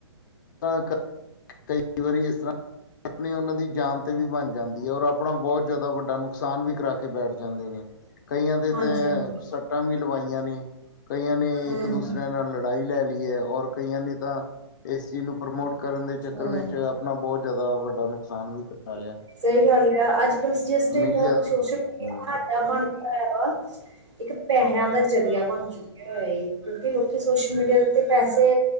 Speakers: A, on the left; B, on the right.
A: <unintelligible> ਕਈ ਵਾਰੀ ਇਸ ਤਰ੍ਹਾਂ ਆਪਣੀ ਉਹਨਾਂ ਦੀ ਜਾਨ ਤੇ ਵੀ ਬਣ ਜਾਂਦੀ ਐ ਔਰ ਆਪਣਾ ਬਹੁਤ ਜ਼ਿਆਦਾ ਵੱਡਾ ਨੁਕਸਾਨ ਵੀ ਕਰਾ ਕੇ ਬੈਠ ਜਾਂ ਦੇ ਨੇ ਕਈਆਂ ਦੇ
B: ਹਾਂਜੀ
A: ਤਾਂ
B: ਹਾਂ ਹਮ
A: ਸੱਟਾਂ ਵੀ ਲਵਾਈਆਂ ਨੇ। ਕਈਆਂ ਨੇ ਇੱਕ
B: ਹਮ
A: ਦੂਸਰਿਆਂ ਨਾਲ ਲੜਾਈ ਲੈ ਲਈ ਐ ਔਰ ਕਈਆਂ ਨੇ ਤਾਂ। ਇਸ ਨੂੰ ਪ੍ਰਮੋਟ ਕਰਨ ਦੇ ਚੱਕਰ
B: ਹਮ
A: ਵਿੱਚ ਆਪਣਾ ਬਹੁਤ ਜ਼ਿਆਦਾ ਵੱਡਾ ਨੁਕਸਾਨ ਵੀ ਕਰਾ ਰਿਹਾ।
B: ਸਹੀ ਗੱਲ ਆ ਅੱਜ ਕਲ ਜਸਟ ਇੱਕ
A: ਮੀਡੀਆ ਹਮ,
B: ਸੋਸ਼ਲ ਮੀਡੀਆ <unintelligible> ਬਣ ਗਿਆ ਹੈਗਾ। ਇੱਕ ਪੈਸਿਆਂ ਦਾ ਜ਼ਰੀਆ ਬਣ ਚੁੱਕਿਆ ਹੋਇਆ ਕਿਉਂਕਿ ਲੋਕੀ ਸੋਸ਼ਲ ਮੀਡੀਆ ਦੇ ਉੱਤੇ ਪੈਸੇ